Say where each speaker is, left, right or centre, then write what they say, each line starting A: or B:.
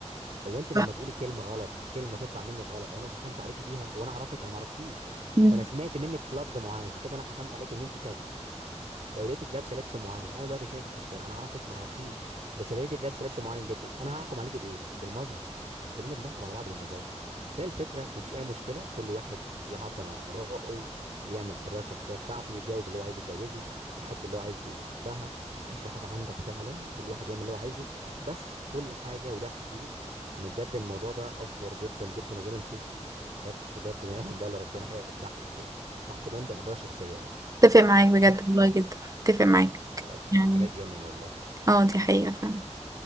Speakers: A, on the right; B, on the right.
A: هو انت لما
B: صح.
A: تقولي كلمه غلط كلمه تطلع منك غلط او انا مش حكمت عليكي بيها وانا اعرفك انا ما اعرفكيش
B: مم.
A: فانا سمعت منك لفظ معين فكده انا حكمت عليك ان انت كذا لو لقيتك لابسه لبس معين انا دلوقتي شايفك في الشارع انا عرفت ما عرفكيش بس لقيتك لابسه لبس معين جدا انا هحكم عليك بايه بالمظهر كلنا بنحكم على بعض بالمظاهر فهي الفكره ما فيش اي مشكله كل واحد يعبر عن ارائه يعمل الحريه الشخصيه بتاعته يتجوز اللي هو عايز يتجوزه يحب اللي هو عايز يحبها ما حاجه حاجه عندك فعلا كل واحد يعمل اللي هو عايزه بس كل حاجه ولها حدود ان بجد الموضوع ده افور جدا جدا وبينا نشوف حاجات بجد ما يعلم بقى الا ربنا حاجه بتضحك يعني تحت بند الحريه الشخصيه يعني
B: اتفق معاك بجد
A: ضحك
B: والله جدا اتفق معاك
A: حاجات
B: يعني
A: حاجات تجنن والله
B: اه دي حقيقة فعلا